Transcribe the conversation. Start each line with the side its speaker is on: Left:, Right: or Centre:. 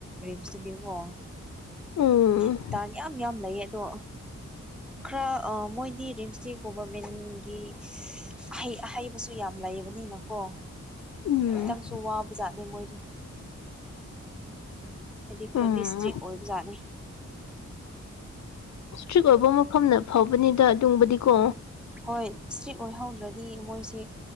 Centre: ꯔꯤꯝꯁꯇꯗꯤꯀꯣ
Left: ꯎꯝ
Centre: ꯏꯟꯇꯔꯟ ꯌꯥꯝ ꯌꯥꯝ ꯂꯩꯌꯦ ꯑꯗꯣ ꯈꯔ ꯑꯥ ꯃꯣꯏꯗꯤ ꯔꯤꯝꯁꯇꯤ ꯒꯣꯚꯔꯃꯦꯟꯒꯤ ꯑꯍꯩ ꯑꯍꯩꯕꯁꯨ ꯌꯥꯝ ꯂꯩꯕꯅꯤꯅꯀꯣ
Left: ꯎꯝ
Centre: ꯈꯤꯇꯪꯁꯨ ꯋꯥꯕꯖꯥꯠꯅꯦ ꯃꯣꯏꯗꯣ ꯍꯥꯏꯗꯤ ꯈꯔꯗꯤ
Left: ꯎꯝ
Centre: ꯁꯇ꯭ꯔꯤꯛ ꯑꯣꯏꯕ ꯖꯥꯠꯅꯦ
Left: ꯏꯁꯇ꯭ꯔꯤꯛ ꯑꯣꯏꯕ ꯃꯐꯝꯅ ꯐꯥꯕꯅꯤꯗ ꯑꯗꯨꯝꯕꯨꯗꯤꯀꯣ
Centre: ꯍꯣꯏ ꯏꯁꯇ꯭ꯔꯤꯛ ꯑꯣꯏꯍꯧꯗ꯭ꯔꯗꯤ ꯃꯣꯏꯁꯦ